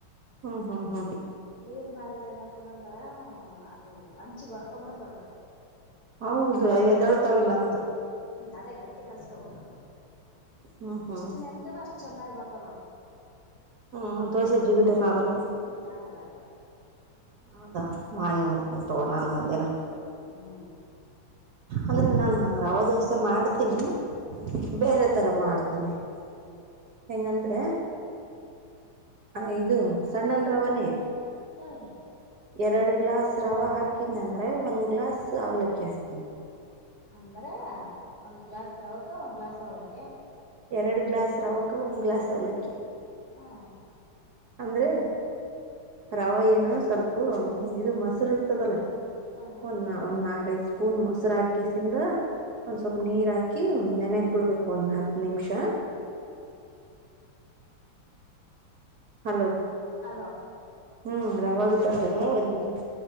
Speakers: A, on the right; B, on the left.
A: ಹೂ ಹೂ ಹೂ
B: ನೀರ್ ಮಾಡಿದ್ರೆ ಏನಾಗುತ್ತೆ ಅಂದ್ರೆ ಅದು ಇಂಚಿಗೆ ಹೊಡ್ಕೊಂಬಿಡುತ್ತದೆ
A: ಹೌದು ಎದೆಳ್ತವೋ ಇಲ್ಲ ಅಂತ
B: ಅದೇ ಗಟ್ಟಿಗೆ ಕಳಿಸಬೇಕು
A: ಹ್ಮ್ ಹ್ಮ್
B: ಇಷ್ಟು ನೆನೆದಿದೆ ಅಷ್ಟು ಚೆನ್ನಾಗಿ ಬರುತ್ತೆ
A: ಹೂ ದೋಸೆ ಜಿಗುಟೇನ್ ಆಗಲ್ಲ
B: ಹೂ ಆಗಲ್ಲ ಆಗಲ್ಲ
A: ಹೌದಾ ಮಾಡಿ ನೋಡ್ತೀನಿ ತಗೋ ನಾನು ಒಂದಿನ
B: ಹ್ಮ್
A: ಅಂದ್ರೆ ನಾನು ರವ ದೋಸೆ ಮಾಡ್ತೀನಿ
B: ಹ್ಮ್
A: ಬೇರೆ ತರ ಮಾಡ್ತೀನಿ ಧನ್ಯ ಅಂಗಂದ್ರೆ ಅ ಇದು ಸಣ್ಣ ರವೆನೇ
B: ಹ್ಮ್
A: ಎರಡು ಗ್ಲಾಸ್ ರವೆ ಹಾಕ್ತೀನಿ ಅಂದ್ರೆ ಒಂದ್ ಗ್ಲಾಸ್ ಅವಲಕ್ಕಿ ಹಾಕ್ತಿನಿ
B: ಅಂದ್ರೆ ಒಂದು ಗ್ಲಾಸ್ ರವೆಗೆ ಒಂದ್ ಗ್ಲಾಸ್ ಅವಲಕ್ಕಿ
A: ಎರಡು ಗ್ಲಾಸ್ ರೆವೆಗೆ ಒಂದ್ ಗ್ಲಾಸ್ ಅವಲಕ್ಕಿ
B: ಹೂ
A: ಅಂದ್ರೆ ರವೆ ಏನು ಸ್ವಲ್ಪ ಮೊಸರು ಇರುತ್ತಲ್ಲ
B: ಹ್ಮ್ ಹ್ಮ್
A: ಒಂದ್
B: ಹ್ಮ್
A: ನಾಕೈದ್ ಸ್ಪೂನ್ ಮೊಸರು ಹಾಕಿಸಿಕೊಂಡು ಒಂದ್ ಸ್ವಲ್ಪ್ ನೀರ್ ಹಾಕಿ ನೆನಕಿ ಬಿಡ್ಬೇಕು ಒಂದ್ ಹತ್ ನಿಂಷಾ ಹಲೋ
B: ಅಲೋ
A: <inaudible> ರವೆ ಒಳಗೆ ಒಂದು